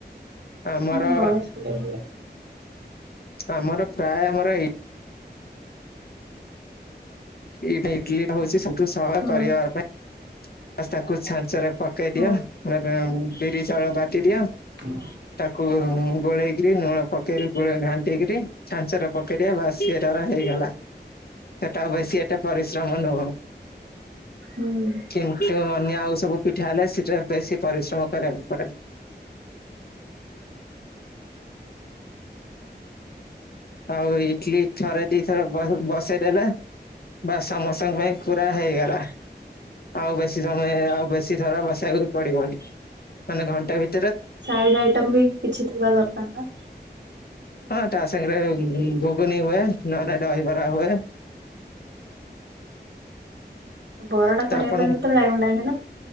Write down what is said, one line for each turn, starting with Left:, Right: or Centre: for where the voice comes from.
Left: ଆମର
Right: ହଁ ଗଣେଶ ପୂଜା ଭଳିଆ।
Left: ଆମର ପ୍ରାୟ ଆମର ଏଇ ଇଟଲିା ହଉଛିୋଠୁ ସହୟ
Right: ହଁ
Left: କରିବା ପାଇଁ ତାକୁ ଛାଞ୍ଚରେ କଦିଆ
Right: ହଁ
Left: ମ ବିରି ଚାଉଳ ବାଟି ଦିଅ।
Right: ହୁଁ।
Left: ତାକୁ ଗୋଳେଇକରି ଲୁଣ ପକେଇକ ଘାଟେଇକରି ଛାଞ୍ଚର ପକେଇ କେ ବାସିଏ ତର ହେଇଗଲା। ତ ବେଶୀ ଏଟା ପରିଶ୍ରମ ନୁହଁ।
Right: ହଁ।
Left: କିନ୍ତୁ ଅନ୍ୟ ଆଉ ସବୁ ପିଠା ହେଲେ ସେଟା ବେଶୀ ପରିଶ୍ରମ କରିବାକୁ ପଡେ। ଆଉ ଇଟଲି ଛରେ ଦି ଥର ବସେଇଦଲା। ବା ସମସ୍ତଙ୍କ ପାଇଁ ପୁର ହେଇଗଲା। ଆଉ ବେଶୀ ସମୟ ଆଉ ବେଶୀ ଥର ବସେଇବାକୁ ବି ପଡିବନି ମାନେ ଘଣ୍ଟା ଭିତ
Right: ସଡ ଆଇଟମ ବି କିଛି ଥିବା ଦରକାର ନା।
Left: ହଁ ତା ସାଙ୍ଗରେ ଘୁଗୁନି ହୁଏ ନହଲେେଲେ ଦହିବରା ହୁଏ।
Right: ବରାଟା
Left: ତ
Right: କରିବା
Left: ଆପଣଙ୍କୁ
Right: ପାଇଁ ବି ତ ଟାଇମ ଲାଗେ ନା